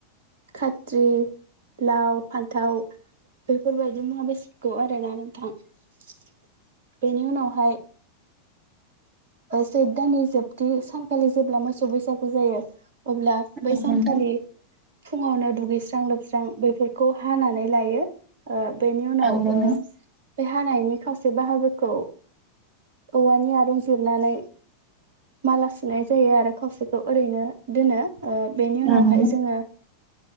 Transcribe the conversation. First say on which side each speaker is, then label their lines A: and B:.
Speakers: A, on the right; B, on the right.
A: खात्रि लाव फान्थाव बेफोर बायदि मुवा बेसादखौ आरोना नोंथां बेनि उनावहाय सैथ दाननि जोबथि सानखालि जेब्ला मोसौ बैसागु जायो अब्ला बै
B: औ
A: सानखालि
B: नोंथां
A: फुङावनो दुगैस्रां लोबस्रां बेफोरखौ हानानै लायो ओ बेनि उनाव
B: औ नोंथां
A: ओ बे हानायनि खावसे बाहागोखौ औवानि आरो जिरनानै माला सुनाय जायो आरो खावसेखौ ओरैनो दोनो ओ बेनि उनावहाय
B: औ नोंथां
A: जोङो